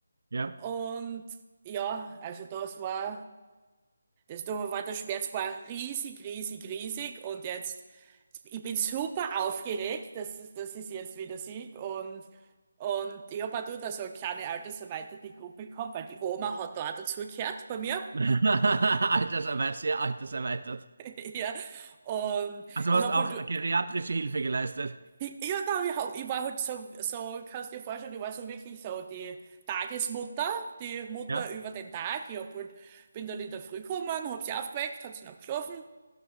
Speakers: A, on the right; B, on the right.
A: ja.
B: Und ja, also das war, das da war der Schmerz war riesig, riesig, riesig. Und jetzt, ich bin super aufgeregt, dass es, dass ich jetzt wieder sieg und und ich habe auch da so eine kleine alterserweiterte Gruppe gehabt, weil die Oma hat da auch dazugehört bei mir.
A: <laughs> Alterserweitert, sehr alterserweitert.
B: <laughs> Ja, und
A: Also
B: ich
A: hast
B: habe
A: auch
B: halt, <laughs>
A: geriatrische Hilfe geleistet.
B: ja, nein, ich, hab, ich war halt so, so, kannst dir vorstellen, ich war so wirklich so die Tagesmutter, die Mutter
A: Ja.
B: über den Tag. Ich hab halt, bin dann in der Früh gekommen, hab sie aufgeweckt, hat sie noch geschlafen,